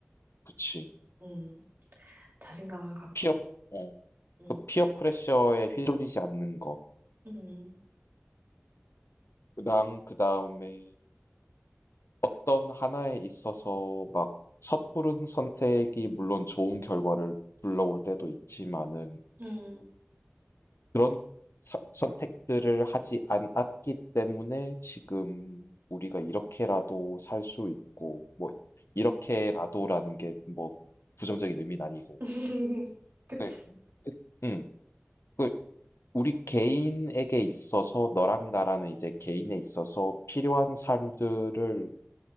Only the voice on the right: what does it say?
음 자신감을 갖고
음
음,
음.
<laughs> 그치.